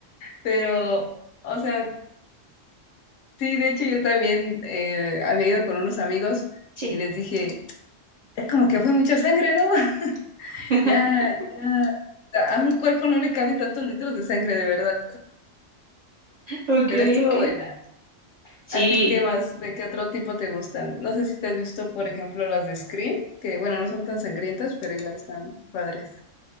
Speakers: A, on the left; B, on the right.
A: Pero, o sea, sí, de hecho yo también eh, había ido con unos amigos
B: Sí.
A: y les dije, ya como que fue mucha sangre, ¿no? <laughs>
B: <laughs>
A: Ya, ya, a un cuerpo no le caben tantos litros de sangre, de verdad.
B: Ok,
A: Pero estuvo
B: ok.
A: buena.
B: Sí.
A: ¿A ti qué más? ¿De qué otro tipo te gustan? No sé si te has visto, por ejemplo, las de Scream, que bueno, no son tan sangrientas, pero igual están padres.